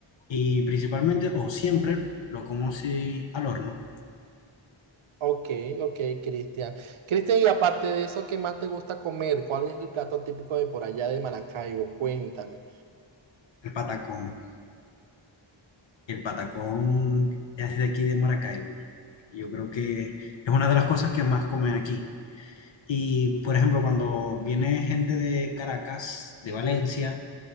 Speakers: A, on the left (about 65°); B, on the right (about 75°).
A: Y principalmente o siempre lo como si al horno,
B: Ok, ok, Cristian. Cristian, y aparte de eso, ¿qué más te gusta comer? ¿Cuál es el plato típico de por allá de Maracaibo? Cuéntame.
A: el patacón. El patacón es de aquí de Maracaibo. Yo creo que es una de las cosas que más comen aquí. Y, por ejemplo, cuando viene gente de Caracas, de Valencia,